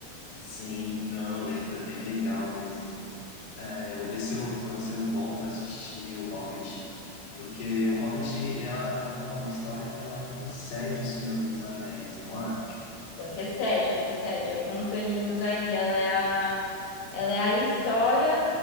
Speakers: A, on the left; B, on the left.
A: Sim, não, eu lembro, é bem legal mesmo. É, vou ver se eu, eu- se eu volto a assistir O Hobbit, porque O Hobbit é, a- é uma história que ela antecede O Senhor dos Anéis, não é?
B: Antecede, antecede. Alguns aninhos aí. Ela é a, ela é a história